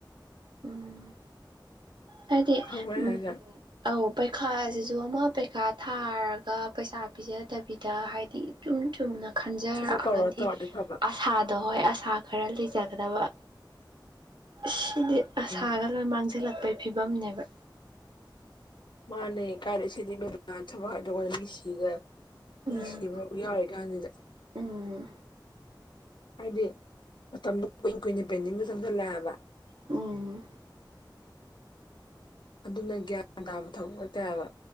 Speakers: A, on the right (about 70°); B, on the left (about 70°).
A: ꯎꯝ ꯍꯥꯏꯗꯤ
B: ꯈꯪꯕ꯭ꯔꯥ ꯑꯩ
A: ꯎꯝ
B: ꯍꯥꯏꯁꯦ
A: ꯑꯧ ꯄꯩꯈꯥꯁꯤꯁꯨ ꯑꯃ ꯄꯩꯈꯥ ꯊꯥꯔꯒ ꯄꯩꯁꯥ ꯄꯤꯖꯗꯕꯤꯗ ꯍꯥꯏꯗꯤ ꯆꯨꯝ ꯆꯨꯝꯅ ꯈꯟꯖꯔꯛꯑꯒꯗꯤ
B: ꯁꯠ ꯁꯠ ꯀꯧꯔ ꯇꯧꯔꯗꯤ ꯐꯕ
A: ꯑꯁꯥꯗꯣ ꯍꯣꯏ ꯑꯁꯥ ꯈꯔ ꯂꯩꯖꯒꯗꯕ ꯑꯁ ꯁꯤꯗꯤ ꯑꯁꯥꯒ
B: ꯎꯝ
A: ꯂꯣꯏ ꯃꯥꯡꯁꯤꯜꯂꯛꯄꯩ ꯐꯤꯕꯝꯅꯦꯕ
B: ꯃꯥꯅꯦ ꯀꯥꯏꯗꯩ ꯁꯤꯗꯤ <unintelligible> ꯊꯕꯛ ꯍꯥꯏꯗꯣꯔꯛꯑꯒ ꯃꯤꯁꯤꯒ
A: ꯎꯝ
B: ꯃꯤꯁꯤꯕ ꯌꯥꯎꯔꯤ ꯀꯥꯟꯁꯤꯗ
A: ꯎꯝ
B: ꯍꯥꯏꯗꯤ ꯃꯇꯝꯗꯣ ꯀꯨꯏ ꯀꯨꯏꯅ ꯄꯦꯟꯗꯤꯡꯒ ꯆꯪꯁꯤꯜꯂꯛꯑꯕ
A: ꯎꯝ
B: ꯑꯗꯨꯅ ꯒ꯭ꯌꯥꯟ ꯇꯥꯕ ꯊꯕꯛ ꯅꯠꯇꯦ ꯍꯥꯏꯕ